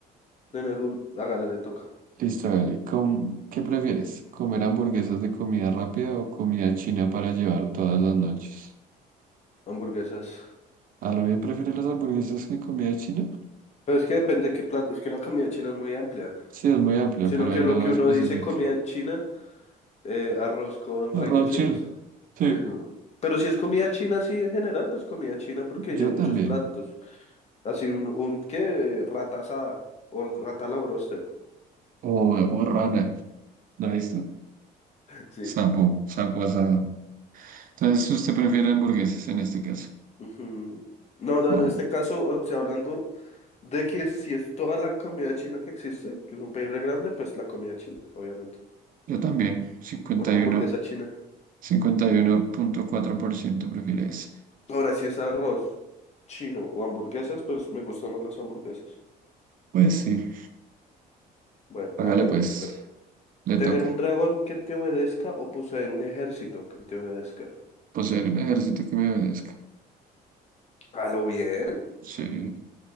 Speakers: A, on the left; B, on the right.
A: tener un... Hágale, le toca.
B: Listo, dale. Com- ¿Qué prefieres? ¿Comer hamburguesas de comida rápida o comida china para llevar todas las noches?
A: Hamburguesas.
B: A lo bien prefieres las hamburguesas que comida china.
A: Pero es que depende qué plato. Es que la comida china es muy amplia.
B: Sí, es muy amplia,
A: Sino
B: pero
A: que
B: ahí no
A: lo que
B: especifica.
A: uno dice comida china, eh, arroz con
B: Arroz
A: raíces chinas.
B: chile. Sí,
A: Sí, no. Pero si es comida china, así en general, pues comida china porque
B: yo
A: ya hay muchos
B: también.
A: platos. Así un, un ¿qué? Eh, Rata asada o rata a la broster.
B: O, o rana. ¿La ha visto?
A: <laughs> Sí.
B: Sapo, sapo asado. Entonces, ¿usted prefiere hamburguesas en este caso?
A: Ujú. No, no,
B: Vamos.
A: en este caso, o sea, hablando De que si es toda la comida china que existe, que es un país re grande, pues la comida china, obviamente.
B: Yo también. cincuenta
A: Una
B: cincuenta y
A: hamburguesa
B: y uno
A: china.
B: cincuenta y uno punto cuatro por ciento prefiere ese.
A: Ahora, si es arroz chino o hamburguesas, pues me gustan más las hamburguesas.
B: Pues sí,
A: Bueno,
B: hágale
A: hágale,
B: pues.
A: mi perro.
B: Le
A: Tener
B: toca.
A: un dragón que te obedezca o poseer un ejército que te obedezca.
B: poseer un ejército que me obedezca.
A: A lo bien.
B: Sí,